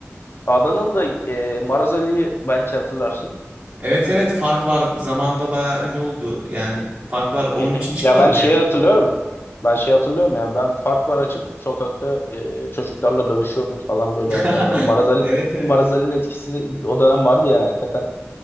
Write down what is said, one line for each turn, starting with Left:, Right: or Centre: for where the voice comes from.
Left: Adanalı da e, Maraz Ali'yi belki hatırlarsın.
Right: Evet evet fark var. Zamanında bayağı ünlü oldu yani. Fark var. Onun
Left: Hı hı.
Right: için çıkmadım
Left: Ya ben şeyi
Right: yani.
Left: hatırlıyorum. Ben şeyi hatırlıyorum ya. Ben fark var açıp sokakta e, çocuklarla dövüşüyordum falan böyle
Right: <laughs>
Left: hani Maraz Ali,
Right: Evet evet.
Left: Maraz Ali'nin etkisini o dönem vardı yani hakikaten